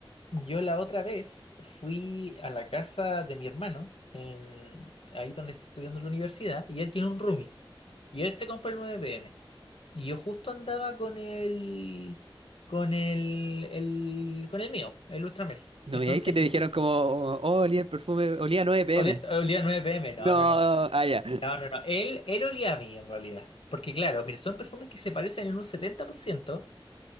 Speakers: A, on the left; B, on the right.
A: Yo la otra vez fui a la casa de mi hermano, en, ahí donde está estudiando en la universidad, y él tiene un roomie, y él se compró el 9 m Y yo justo andaba con el, con el, el- con el mío, el Ultramar.
B: No
A: Entonces,
B: me digáis que te dijeron
A: y sí,
B: como, oh, oh, olía el perfume, olía 9PM.
A: olía, olía a 9PM,
B: No,
A: no, no,
B: ah,
A: no,
B: ya.
A: no, no, no. Él, él olía a mí en realidad. Porque claro, mira, son perfumes que se parecen en un 70%.